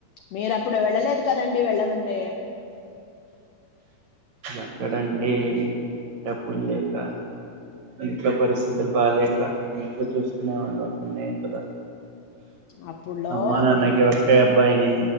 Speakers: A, on the left; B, on the right.
A: మీరు అప్పుడు వెళ్ళలేదు కదండి వెళ్ళమంటే
B: అక్కడండి డబ్ ప్పు లేక ఇంట్లో పరిస్థితి పపాలక అట్ చూసుకునేవాళ్ళు అక్కనే కదా
A: అప్పుడులో
B: అమ్మా నాన్నకి
A: మిమ్మల్ని
B: ఒకే బైని